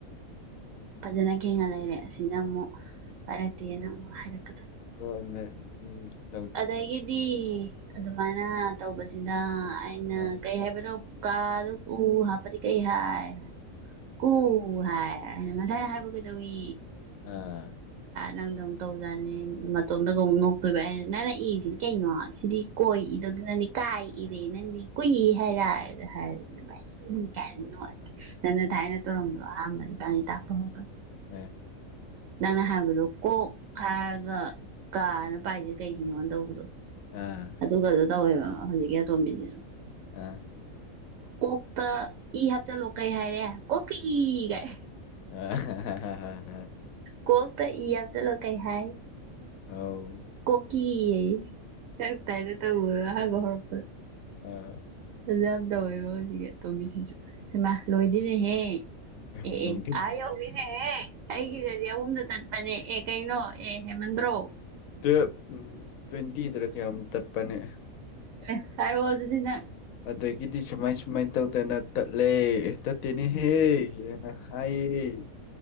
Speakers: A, on the right (about 70°); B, on the left (about 80°).
A: ꯐꯖꯅ ꯈꯤꯡꯉ ꯂꯩꯔꯦ ꯑꯁꯤꯅ ꯑꯃꯨꯛ ꯄꯥꯏꯔꯛꯇꯦꯅ ꯑꯃꯨꯛ ꯍꯥꯏꯔꯛ
B: <unintelligible>
A: ꯑꯗꯒꯤꯗꯤ ꯑꯗꯨꯃꯥꯏꯅ ꯇꯧꯕꯁꯤꯗꯥ ꯑꯩꯅ
B: ꯑꯥ
A: ꯀꯩ ꯍꯥꯏꯕꯅꯣ ꯀꯥꯗ ꯎ ꯍꯥꯞꯄꯗꯤ ꯀꯩ ꯍꯥꯏ ꯀꯨ ꯍꯥꯏ ꯑꯩꯅ ꯉꯁꯥꯏꯅ ꯍꯥꯏꯕ ꯀꯩꯗꯧꯏ
B: ꯑꯥ
A: ꯅꯪꯗꯧ ꯇꯧꯖꯥꯅꯤ ꯃꯇꯣꯝꯇꯗꯒ ꯑꯃꯨꯛ ꯅꯣꯛꯇꯣꯏꯕ ꯑꯩꯅ ꯅꯪꯅ ꯏꯔꯤꯁꯤꯗꯤ ꯀꯩꯅꯣ ꯁꯤꯗꯤ ꯀꯣꯏ ꯏꯗꯧꯗꯅ ꯅꯪꯗꯤ ꯀꯥꯏ ꯏꯔꯦ ꯅꯪꯗꯤ ꯀꯨꯏ ꯍꯥꯏꯔ ꯍꯥꯏ ꯗꯨꯃꯥꯏ ꯍꯤꯍꯤ ꯀꯥꯏꯅ ꯅꯣꯛꯑ ꯅꯪꯅ
B: ꯑꯥ
A: ꯊꯥꯏꯅ ꯇꯧꯔꯝꯕꯗꯣ ꯑꯍꯥꯥꯟꯕ ꯏꯕꯥꯅꯤ ꯇꯥꯛꯄ ꯍꯧꯕ
B: ꯎꯝ
A: ꯅꯪꯅ ꯍꯥꯏꯕꯗꯣ ꯀꯣꯛ ꯍꯥꯏꯔꯒ ꯀꯥꯅ ꯄꯥꯏꯖꯦ ꯀꯩꯒꯤꯅꯣ ꯇꯧꯕꯗꯣ
B: ꯑꯥ
A: ꯑꯗꯨꯒꯗꯣ ꯇꯧꯋꯦꯕ ꯍꯧꯖꯤꯛꯀꯤ ꯑꯇꯣꯝꯕꯤꯖꯤꯖꯨ
B: ꯑꯥ
A: ꯀꯣꯛꯇ ꯏ ꯍꯥꯞꯆꯜꯂꯣ ꯀꯩ ꯍꯥꯏꯔꯦ ꯀꯣꯛꯀ ꯏ ꯒꯥꯏ
B: ꯑꯥ ꯍꯥ ꯍꯥ
A: ꯀꯣꯛ ꯇ ꯏ ꯍꯥꯞ ꯆꯤꯜꯂꯣ ꯀꯩ ꯍꯥꯏ
B: ꯑꯎ
A: ꯀꯣꯛꯀꯤ ꯑꯩꯌꯦ ꯅꯪ ꯇꯥꯏꯞꯇ ꯇꯧꯕꯗꯣ ꯑꯍꯥꯟꯕ ꯍꯧꯔꯛꯄꯗ
B: ꯑꯥ
A: ꯐꯖ ꯌꯥꯝ ꯇꯧꯋꯦꯕ ꯍꯧꯖꯤꯛꯀꯤ ꯑꯇꯣꯝꯕꯤꯖꯤꯖꯨ ꯍꯩꯃꯥ ꯂꯣꯏꯗꯦꯅꯦꯍꯦ ꯑꯦ
B: ꯌꯥꯝ ꯅꯣꯛꯅꯤꯡꯉꯤ
A: ꯑꯦ ꯑꯥ ꯌꯧꯒ꯭ꯔꯦꯅꯦꯍꯦ ꯑꯩꯒꯤꯗꯗꯤ ꯑꯍꯨꯝꯗ ꯆꯠꯄꯅꯦ ꯑꯦ ꯀꯩꯩꯅꯣ ꯑꯦ ꯍꯦꯃꯟꯗ꯭ꯔꯣ
B: ꯇꯨꯌꯦꯞ ꯇ꯭ꯋꯦꯟꯇꯤꯗꯔꯥ ꯀꯌꯥꯝ ꯇꯠꯄꯅꯦ
A: ꯑꯦ ꯍꯥꯏꯔꯛꯑꯣ ꯑꯗꯨꯗꯤ ꯅꯪ
B: ꯑꯗꯒꯤꯗꯤ ꯁꯨꯃꯥꯏ ꯁꯨꯃꯥꯏ ꯇꯧꯗꯅ ꯇꯠꯂꯦ ꯇꯠ ꯇꯦꯅꯦꯍꯦ ꯌꯦꯅ ꯍꯥꯏꯌꯦ